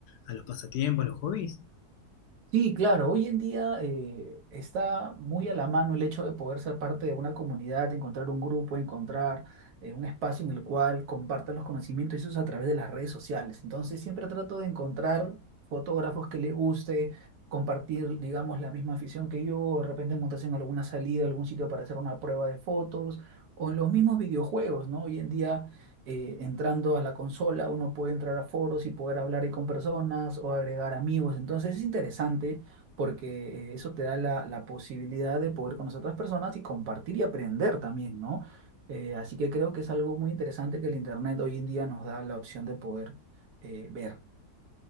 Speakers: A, on the left; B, on the right.
A: a los pasatiempos, a los hobbies?
B: Sí, claro, hoy en día eh, está muy a la mano el hecho de poder ser parte de una comunidad, encontrar un grupo, encontrar eh, un espacio en el cual compartan los conocimientos, y eso es a través de las redes sociales. Entonces siempre trato de encontrar fotógrafos que le guste, compartir, digamos, la misma afición que yo, de repente montarse en alguna salida, algún sitio para hacer una prueba de fotos, o en los mismos videojuegos, ¿no? Hoy en día eh, entrando a la consola, uno puede entrar a foros y poder hablar ahí con personas o agregar amigos. Entonces es interesante porque eh, eso te da la, la posibilidad de poder conocer a otras personas y compartir y aprender también, ¿no? Eh, así que creo que es algo muy interesante que el Internet hoy en día nos da la opción de poder eh, ver.